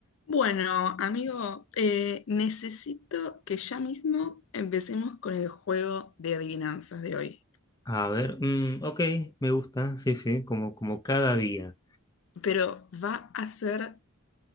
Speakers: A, on the left; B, on the left.
A: Bueno, amigo, eh, necesito que ya mismo empecemos con el juego de adivinanzas de hoy,
B: A ver, mm, ok, me gusta, sí, sí, como, como cada día.
A: pero va a ser